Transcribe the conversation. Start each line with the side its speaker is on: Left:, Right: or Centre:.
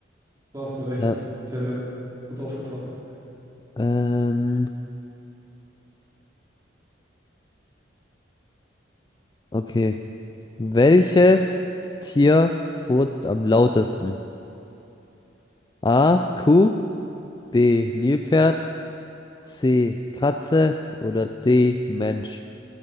Right: da hast du recht,
Left: Ja.
Right: das ist Zelle. Gut aufgepasst.
Left: Ähm, okay. Welches Tier furzt am lautesten? A. Kuh, B. Nilpferd, C. Katze oder D. Mensch?